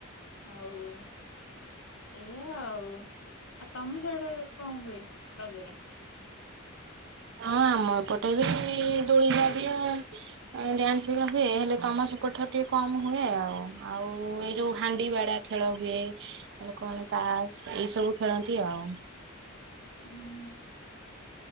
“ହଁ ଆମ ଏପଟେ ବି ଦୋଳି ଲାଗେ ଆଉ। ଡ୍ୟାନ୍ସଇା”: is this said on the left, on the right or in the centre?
Right